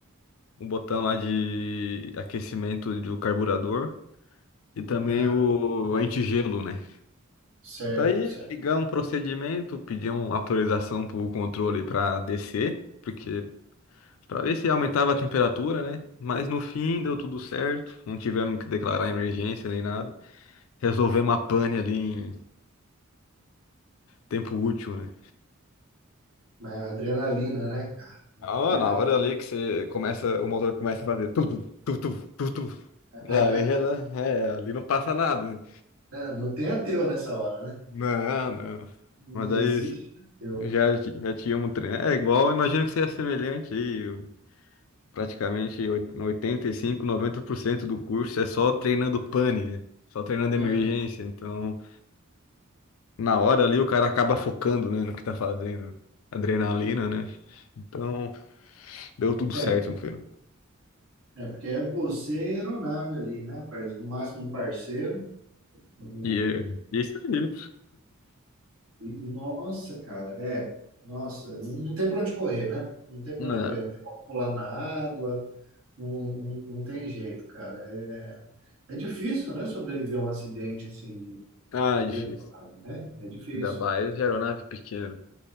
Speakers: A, on the left; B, on the right.
A: o botão lá de aquecimento do carburador. E também
B: Ah,
A: o antigelo, né?
B: certo,
A: Daí
B: certo.
A: ligar um procedimento, pedir uma autorização para o controle para descer, porque para ver se aumentava a temperatura, né? Mas no fim deu tudo certo, não tivemos que declarar emergência nem nada. Resolvemos a pane ali em tempo útil, né?
B: Mas a adrenalina, né?
A: Ah,
B: A Adrenalina.
A: na hora ali que você começa, o motor começa a fazer tudo, tudo, tudo.
B: É,
A: Ali já, é, ali não passa nada. né?
B: <laughs> Não tem ateu nessa hora, né?
A: Não, não.
B: Não
A: Mas daí
B: existe ateu.
A: já, já tínhamos treino. É igual, imagino que seja semelhante aí. praticamente oit- oitenta e cinco, noventa por cento do curso é só treinando pane, né? Só treinando emergência.
B: Aham.
A: Então, na hora ali, o cara acaba focando, né, no que tá fazendo. Adrenalina, né? Então, deu tudo
B: É,
A: certo
B: é,
A: no final.
B: é, porque é você e a aeronave ali, né, parceiro? No máximo um parceiro. Um-
A: E, é- e é isso aí.
B: e- Nossa, cara, é. Nossa, não não tem pra onde correr, né? Não tem pra
A: Na...
B: onde correr, não tem como pular na água. Não, não, não tem jeito, cara. É, é difícil, né, sobreviver a um acidente assim
A: Ah,
B: de
A: difícil.
B: aeronave, né? É difícil.
A: Ainda mais de aeronave pequena.